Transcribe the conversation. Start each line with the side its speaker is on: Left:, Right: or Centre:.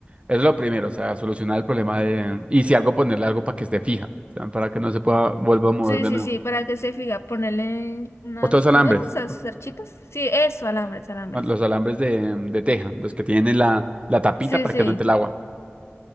Right: Es lo primero, o sea, solucionar el problema de... Y si algo, ponerle algo para que esté fija, o sea, para que no se pueda, vuelva a mover
Left: Sí,
Right: de
Left: sí,
Right: nuevo.
Left: sí, para que se fija, ponerle unas,
Right: Otros alambres,
Left: ¿cómo eran? ¿Esas cerchitas? Sí, eso, alambres, alambres.
Right: bueno, los alambres de, de teja, los que tienen la, la tapita
Left: Sí,
Right: para
Left: sí,
Right: que no entre el agua.